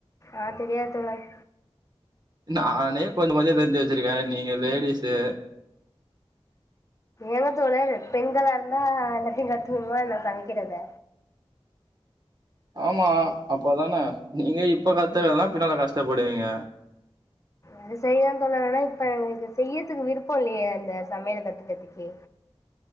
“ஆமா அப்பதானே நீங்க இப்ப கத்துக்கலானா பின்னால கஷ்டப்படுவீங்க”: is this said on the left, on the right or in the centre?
Right